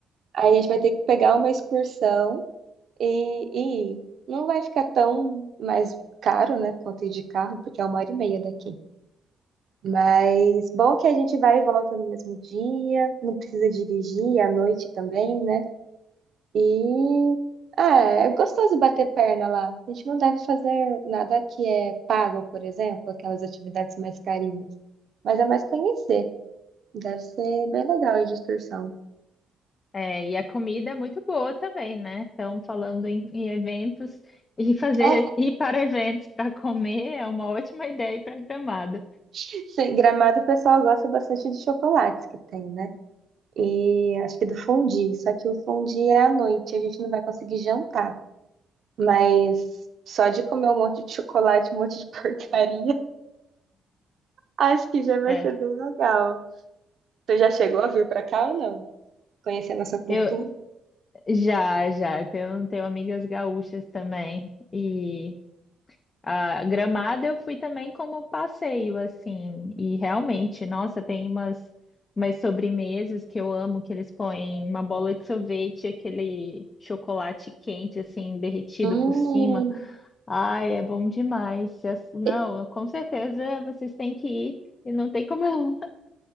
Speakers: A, on the right (about 60°); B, on the left (about 35°).
A: Aí a gente vai ter que pegar uma excursão e, e ir. Não vai ficar tão mais caro, né? Quanto ir de carro, porque é uma hora e meia daqui. Mas bom que a gente vai e volta no mesmo dia, não precisa dirigir à noite também, né? E ah, é gostoso bater perna lá. A gente não deve fazer nada que é pago, por exemplo, aquelas atividades mais carinhas. Mas é mais conhecer. Deve ser bem legal a excursão.
B: É, e a comida é muito boa também, né? Então, falando em, em eventos, e fazer
A: É,
B: ir para eventos para comer é uma ótima ideia para Gramado.
A: <laughs> sim, Gramado o pessoal gosta bastante de chocolates que tem, né? E acho que do fondue. Só que o fondue é à noite, a gente não vai conseguir jantar. Mas só de comer um monte de chocolate, um monte de porcaria, <laughs> acho que já vai
B: É,
A: ser bem legal. Você já chegou a vir pra cá ou não? conhecer a nossa cultura.
B: eu já, já, tenho, tenho amigas gaúchas também. E a Gramado eu fui também como passeio, assim. E realmente, nossa, tem umas, umas sobremesas que eu amo, que eles põem uma bola de sorvete, aquele chocolate quente, assim, derretido
A: Hum,
B: por cima. Ai, é bom demais. As- Não,
A: E-
B: com certeza vocês têm que ir. E não tem como eu- <laughs>